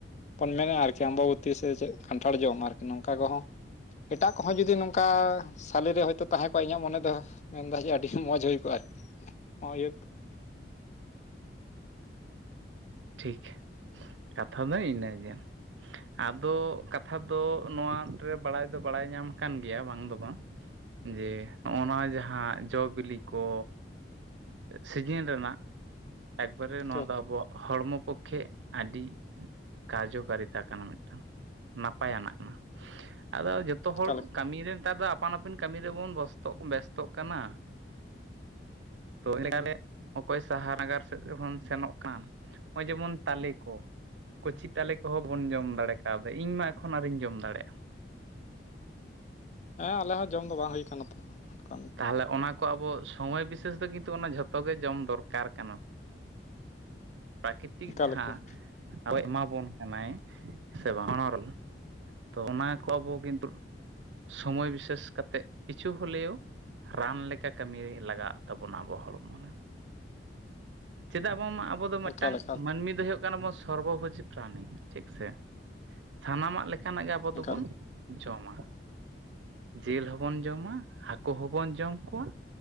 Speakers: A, on the left; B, on the right.
A: <unintelligible> ᱟᱨᱠᱤ ᱪᱮ ᱟᱢᱵᱟᱵᱛᱤ ᱥᱮ ᱪᱮᱫ ᱠᱟᱱᱴᱷᱟᱲ ᱡᱚᱢ ᱟᱨᱠᱤ ᱱᱚᱝᱠᱟ ᱠᱚᱦᱚᱸ ᱮᱴᱟᱜ ᱠᱚᱦᱚᱸ ᱡᱩᱫᱤ ᱱᱚᱝᱠᱟ ᱥᱟᱞᱮ ᱨᱮ ᱦᱚᱭᱛᱚ ᱛᱟᱦᱮᱸ ᱠᱚᱜᱼᱟ ᱤᱧᱟᱹᱜ ᱢᱚᱱᱮ ᱫᱚ ᱢᱮᱱᱫᱟᱭ ᱡᱮ ᱟᱹᱰᱤ ᱢᱚᱡᱽ ᱦᱩᱭ ᱠᱚᱜᱼᱟ ᱟᱨᱠᱤ ᱱᱚᱜᱼᱚᱭ ᱤᱭᱟᱹ
B: ᱴᱷᱤᱠ ᱠᱟᱛᱷᱟ ᱫᱚ ᱤᱱᱟᱹᱜᱮ ᱟᱫᱚ ᱠᱟᱛᱷᱟ ᱫᱚ ᱱᱚᱣᱟ ᱨᱮ ᱵᱟᱲᱟᱭ ᱫᱚ ᱵᱟᱲᱟᱭ ᱧᱟᱢ ᱟᱠᱟᱱ ᱜᱮᱭᱟ ᱵᱟᱝ ᱫᱚ ᱵᱟᱝ ᱡᱮ ᱱᱚᱜᱼᱚ ᱱᱚᱣᱟ ᱡᱟᱦᱟᱸ ᱡᱚ ᱵᱤᱞᱤ ᱠᱚ ᱥᱤᱡᱤᱱ ᱨᱮᱱᱟᱜ ᱮᱠᱵᱟᱨᱮ
A: ᱚᱠᱟ
B: ᱱᱚᱣᱟ ᱫᱚ ᱟᱵᱚᱣᱟᱜ ᱦᱚᱲᱢᱚ ᱯᱚᱠᱠᱷᱮ ᱟᱹᱰᱤ ᱠᱟᱨᱡᱚᱠᱟᱨᱤᱛᱟ ᱠᱟᱱᱟ ᱢᱤᱫᱴᱟᱝ ᱱᱟᱯᱟᱭᱟᱱᱟᱜ ᱠᱟᱱᱟ ᱟᱫᱚ ᱡᱚ ᱛᱚ ᱦᱚᱲ
A: ᱞᱮᱠᱟ
B: ᱠᱟᱹᱢᱤ ᱨᱮ ᱱᱮᱛᱟᱨ ᱫᱚ ᱟᱯᱟᱱ ᱟᱹᱯᱤᱱ ᱠᱟᱹᱢᱤ ᱨᱮᱵᱚᱱ ᱵᱮᱥᱛᱚᱜ ᱠᱟᱱᱟ ᱛᱚ
A: ᱦᱩᱸ
B: ᱚᱠᱚᱭ ᱥᱟᱦᱟᱨ ᱱᱟᱜᱟᱨ ᱥᱮᱫ ᱨᱮ ᱵᱚᱱ ᱥᱮᱱᱚᱜ ᱠᱟᱱ ᱱᱚᱜᱼᱚᱭ ᱡᱮᱢᱚᱱ ᱛᱟᱞᱮ ᱠᱚ ᱠᱚᱪᱤ ᱛᱟᱞᱮ ᱠᱚᱦᱚᱸ ᱵᱚᱱ ᱡᱚᱢ ᱫᱟᱲᱮ ᱠᱟᱣᱫᱟ ᱤᱧᱢᱟ ᱮᱠᱷᱚᱱ ᱟᱣᱨᱤᱧ ᱡᱚᱢ ᱫᱟᱲᱮᱭᱟᱜᱼᱟ
A: ᱦᱮᱸ ᱟᱞᱮ ᱦᱚᱸ ᱡᱚᱢ ᱫᱚ ᱵᱟᱝ ᱦᱩᱭ ᱠᱟᱱᱟ ᱛᱚ ᱚᱱᱠᱟᱱ
B: ᱛᱟᱦᱚᱞᱮ ᱚᱱᱟ ᱠᱚ ᱟᱵᱚ ᱥᱚᱢᱚᱭ ᱵᱤᱥᱮᱥ ᱫᱚ ᱠᱤᱱᱛᱩ ᱚᱱᱟ ᱡᱷᱚᱛᱚ ᱜᱮ ᱡᱚᱢ ᱫᱚᱨᱠᱟᱨ ᱠᱟᱱᱟ ᱯᱨᱟᱠᱨᱤᱛᱤᱠ
A: ᱮᱠᱟᱞ
B: ᱡᱟᱦᱟᱸ
A: ᱮᱠᱟᱞ
B: ᱟᱵᱚᱭ ᱮᱢᱟᱵᱚᱱ ᱠᱟᱱᱟᱭ ᱥᱮ ᱵᱟᱝ <unintelligible> ᱛᱚ ᱚᱱᱟ ᱠᱚ ᱟᱵᱚ ᱠᱤᱱᱛᱩ ᱥᱚᱢᱚᱭ ᱵᱤᱥᱮᱥ ᱠᱟᱛᱮᱫ ᱠᱤᱪᱷᱩ ᱦᱚᱞᱮᱣᱳ ᱨᱟᱱ ᱞᱮᱠᱟ ᱠᱟᱹᱢᱤ ᱞᱟᱜᱟᱜ ᱛᱟᱵᱚᱱᱟ ᱟᱵᱚ ᱦᱚᱲᱢᱚ ᱨᱮ ᱪᱮᱫᱟᱜ ᱵᱟᱝᱢᱟ ᱟᱵᱚ ᱫᱚ
A: ᱮᱠᱟᱞ
B: ᱢᱤᱫᱴᱟᱝ
A: ᱮᱠᱟᱞ
B: ᱢᱟᱹᱱᱢᱤ ᱫᱚ ᱦᱩᱭᱩᱜ ᱠᱟᱱᱟᱚᱱ ᱥᱚᱨᱵᱚ ᱵᱷᱳᱡᱤ ᱯᱨᱟᱱᱤ ᱴᱷᱤᱠ ᱥᱮ ᱥᱟᱱᱟᱢᱟᱜ ᱞᱮ ᱠᱟᱱᱟᱜ ᱜᱮ ᱟᱵᱚ ᱫᱚᱵᱚᱱ
A: ᱮᱠᱟᱞ
B: ᱡᱚᱢᱟ ᱡᱮᱞ ᱦᱚᱸᱵᱚᱱ ᱡᱚᱢᱟ ᱦᱟᱹᱠᱩ ᱦᱚᱸᱵᱚᱱ ᱡᱚᱢ ᱠᱚᱣᱟ